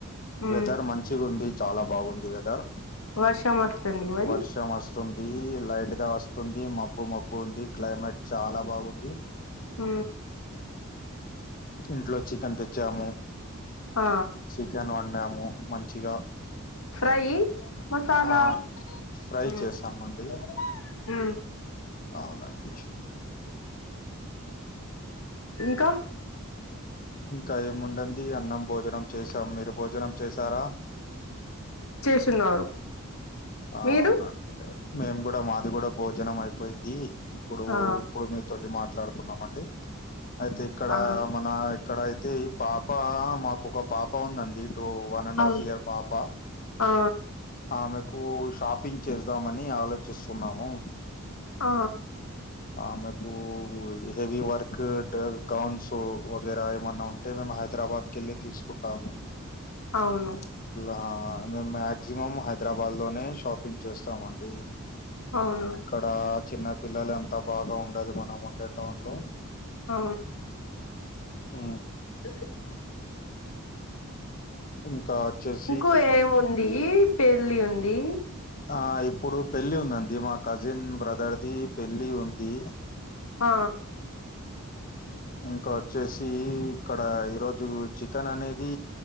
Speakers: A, on the left (about 40°); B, on the left (about 80°).
A: వెదర్
B: మ్
A: మంచిగుంది చాలా బాగుంది వెదర్
B: వర్షం వస్తుంది మరి
A: వర్షం వస్ వస్తుంది లైట్ గా వస్తుంది మబ్బు మబ్బు ఉంది క్లైమేట్ చాలా బాగుంది
B: ఉ
A: ఇంట్లో చికెన్ తెచ్చాము
B: ఆ
A: చికెన్ వండాము మంచిగా
B: ఫ్రై మసాలా
A: ఆ ఫ్రై
B: ఆ
A: చేసామండి అవునండి
B: ఇంకా
A: ఇంకా ఎం ఉండంది అన్నం భోజనం చేసాం మీరు భోజనం చేసారా
B: చేస్తున్నారు
A: ఆవునండి
B: మీరు
A: మేము కూడా మాది కూడా భోజనం అయిపోయింది ఇప్పుడు
B: ఆ
A: ఇప్పుడు మీ తోటి మాట్లాడుతున్నామండి అయితే ఇక్కడ
B: ఆ
A: మన ఇక్కడ అయితే ఈ పాప మాకు ఒక పాప ఉందండి ఇటు వన్ అండ్
B: అవును
A: హఫ్ ఇయర్ పాపా
B: ఆ
A: ఆమె కు షాపింగ్ చేద్దామని ఆలోచిస్తున్నాము
B: ఆ
A: ఆమెకు హెవీ వర్క్ గౌన్స్ వగైరా ఏమన్నా ఉన్ అంటే మేము హైదరాబాద్ కు వెళ్ళి తీసుకుంటాము
B: అవును
A: ఆ మేము మాక్సిమం హైదరాబాద్ లోనే షాపింగ్ చేస్తామండి
B: అవును
A: ఇక్కడ చిన్న పిల్లలు ఎంత బాగా ఉండదు మనం ఉండే టౌన్ లో
B: ఆ
A: ఆ
B: ఆ
A: ఇంకా వచ్చేస్
B: ఇంకో ఏముంది పెళ్ళి ఉంది
A: ఆ ఇప్పుడు పెళ్లి ఉందండి మా కజిన్ బ్రదర్ది పెళ్ళి ఉంది
B: ఆ
A: ఇంకా వచ్చేసి ఇక్కడ ఈరోజు చికెన్ అనేది